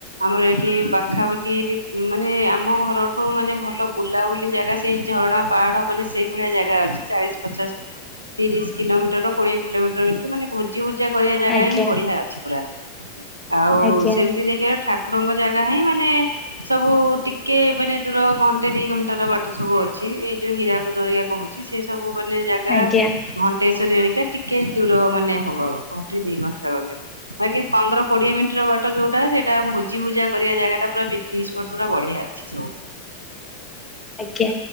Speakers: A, on the right (about 85°); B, on the left (about 15°).
A: ଆମର ଏଠି ପାଖାପାଖି ଏଠି ମାନେ ଆମ ଘରଠୁ ମାନେ ଭଲ ବୁଲାବୁଲି ଜାଗା ସେଇ ଝରଣା ପାହାଡ ମାନେ ସେଇ ଭଳିଆ ଜାଗା ଅଛି ଚାଳିଶ ପଚାଶ ତିରିଶ କିଲୋମିଟର କୋଡିଏ କିଲୋମିଟର ଭିତରେ ମାନେ ଭୋଜିଭୁଜା କରିବା ଜାଗା
B: ଆଜ୍ଞା
A: ହିଁ ବଢିଆ ଅଛି ପୁରା। ଆଉ
B: ଆଜ୍ଞା
A: ସେମିତି ଦେଖିବା ଠାକୁରଙ୍କ ଜାଗା ହିଁ ମାନେ ସବୁ ଟିକେ ମାନେ ଦୂର ଘଣ୍ଟେ ଦି ଘଣ୍ଟାର ବାଟ ସବୁ ଅଛି ଏଇ ଯୋଉ ହୀରାକୁଦ ହେରୀକି। କହୁଛି ସେ ସବୁ ମାନେ ଜାଗା
B: ଆଜ୍ଞା
A: ଘଣ୍ଟେଶ୍ଵରୀ ହେରିକା ଟିକେ ଦୂର ମାନେ ହବ। ି ଘଣ୍ଟର ଆଜ୍ଞା <unintelligible> ପନ୍ଦର କୋଡିଏ ମିନିଟ ର ବାଟ ଯୋଉଟା ସେଇଟା ଭୋଜି ଭୁଜା କରିବା ଜାଗା ପୁରା ପିକନିକ ସ୍ପଟ ପୁରା ବଢିଆ। ଅଛି ସବୁ।
B: ଆଜ୍ଞା।